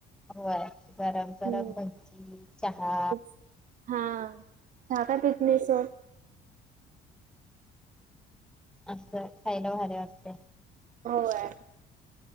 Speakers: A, in the centre; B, on the right.
A: होय. गरम गरम
B: हम्म
A: भज्जी, चहा
B: तेच हा चहा काय पित नाही सोड.
A: असं खायला भारी वाटतंय.
B: होय.